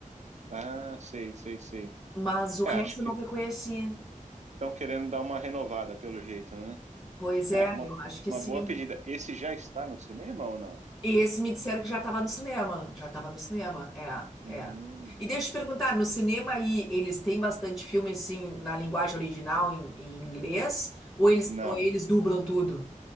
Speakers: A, on the right; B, on the left.
A: Ah, sei, sei, sei.
B: Mas o resto
A: É, acho que
B: eu não reconheci.
A: estão querendo dar uma renovada pelo jeito, né?
B: Pois
A: É,
B: é,
A: uma,
B: eu acho que
A: uma
B: sim.
A: boa pedida. Esse já está no cinema ou não?
B: E esse me disseram que já estava no cinema. Já estava no cinema, é,
A: Hum,
B: é. E deixa eu te perguntar, no cinema aí eles têm bastante filme assim na linguagem original em, em inglês ou eles
A: não.
B: ou eles dublam tudo?